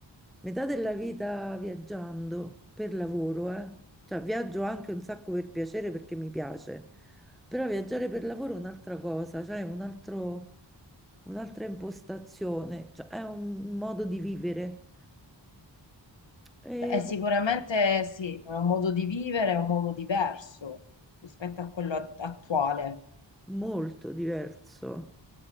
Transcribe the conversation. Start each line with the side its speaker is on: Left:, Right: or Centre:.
Centre: metà della vita viaggiando per lavoro, eh. Cioè, viaggio anche un sacco per piacere perché mi piace. Però viaggiare per lavoro è un'altra cosa, cioè è un altro- un'altra impostazione, cioè è un modo di vivere, è
Left: Beh, sicuramente sì, è un modo di vivere, è un modo diverso rispetto a quello at- attuale.
Centre: molto diverso.